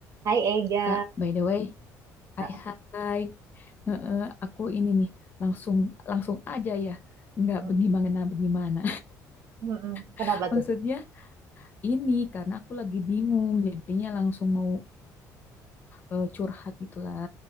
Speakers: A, on the right; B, on the left.
A: Hai Ega,
B: Kak, by the way, hai
A: Heeh.
B: hai. Heeh, aku ini nih langsung langsung aja ya. Nggak
A: Mm,
B: bagaimana bagaimana.
A: mm, mm.
B: <laughs>
A: Kenapa
B: Maksudnya
A: tuh?
B: ini karena aku lagi bingung jadinya langsung mau eh, curhat gitulah.